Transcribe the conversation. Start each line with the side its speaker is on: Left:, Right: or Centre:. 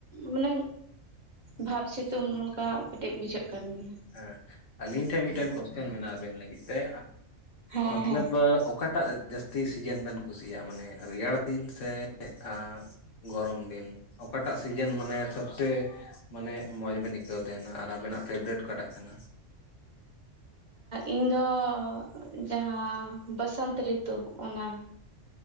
Right: ᱢᱟᱱᱮ ᱵᱷᱟᱵᱽ ᱥᱤᱛᱩᱝ ᱚᱱᱠᱟ ᱠᱟᱹᱴᱤᱡ ᱵᱩᱡᱷᱟᱹᱜ ᱠᱟᱱ ᱜᱮᱭᱟ᱾
Left: ᱦᱮᱸ ᱟᱞᱤᱧ ᱴᱷᱮᱡ ᱢᱤᱫᱴᱮᱱ ᱠᱚᱥᱪᱮᱱ ᱢᱮᱱᱟᱜᱼᱟ ᱟᱵᱮᱱ ᱞᱟᱹᱜᱤᱫ ᱛᱮ
Right: ᱜᱮᱭᱟ
Left: ᱢᱚᱛᱞᱟᱵ
Right: ᱦᱮᱸ
Left: ᱚᱠᱟ ᱴᱟᱜ ᱡᱟᱹᱥᱛᱤ ᱥᱤᱡᱮᱱ ᱵᱮᱱ ᱠᱩᱥᱤᱭᱟᱜᱼᱟ ᱢᱟᱱᱮ ᱨᱮᱭᱟᱲ ᱫᱤᱱ ᱥᱮ ᱟ ᱻ ᱜᱚᱨᱚᱢ ᱫᱤᱱ ᱚᱠᱟᱴᱟᱜ ᱥᱤᱡᱮᱱ ᱢᱟᱱᱮ ᱥᱚᱵᱥᱮ ᱢᱟᱱᱮ ᱢᱚᱡᱽ ᱵᱮᱱ ᱟᱹᱭᱠᱟᱹᱣ ᱛᱟᱦᱮᱱᱟ ᱟᱨ ᱟᱵᱮᱱᱟᱜ ᱯᱷᱮᱵᱟᱨᱮᱴ ᱚᱠᱟᱴᱟᱜ ᱠᱟᱱᱟ?
Right: ᱤᱧ ᱫᱚ ᱡᱟᱦᱟᱸ ᱵᱟᱥᱚᱱᱛ ᱨᱤᱛᱩ ᱚᱱᱟ᱾